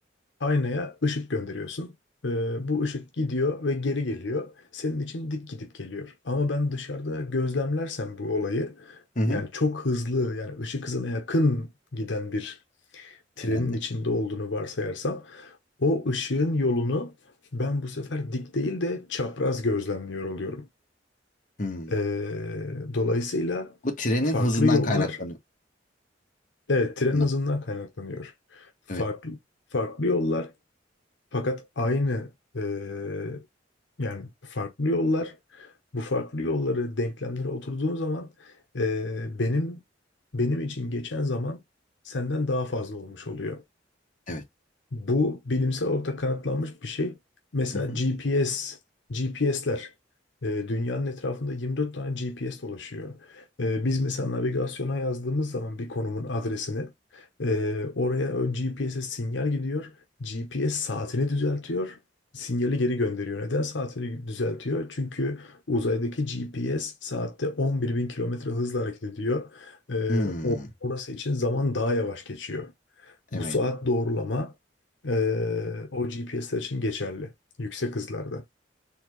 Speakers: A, on the left; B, on the left.
A: Aynaya ışık gönderiyorsun. E, bu ışık gidiyor ve geri geliyor. Senin için dik gidip geliyor. Ama ben dışarıda gözlemlersem bu olayı,
B: hı hı.
A: yani çok hızlı, yani ışık hızına yakın giden bir trenin
B: Trende.
A: içinde olduğunu varsayarsam, o ışığın yolunu ben bu sefer dik değil de çapraz gözlemliyor oluyorum.
B: Hmm.
A: Ee, dolayısıyla
B: Bu trenin
A: farklı
B: hızından
A: yollar,
B: kaynaklanıyor
A: evet tren
B: mu?
A: hızından kaynaklanıyor. Farklı
B: Evet.
A: farklı yollar fakat aynı ee, yani farklı yollar bu farklı yolları denklemlere oturduğun zaman ee, benim benim için geçen zaman senden daha fazla olmuş oluyor.
B: Evet.
A: Bu bilimsel olarak da kanıtlanmış bir şey. Mesela
B: Hı hı.
A: GPS, GPS'ler e, dünyanın etrafında 24 tane GPS dolaşıyor. E, biz mesela navigasyona yazdığımız zaman bir konumun adresini e, oraya o GPS'e sinyal gidiyor. GPS saatini düzeltiyor. Sinyali geri gönderiyor. Neden saatini düzeltiyor? Çünkü uzaydaki GPS saatte 11.000 kilometre hızla hareket ediyor. E,
B: Hmm.
A: o, orası için zaman daha yavaş geçiyor.
B: Evet.
A: Bu saat doğrulama eee, o GPS'ler için geçerli. Yüksek hızlarda.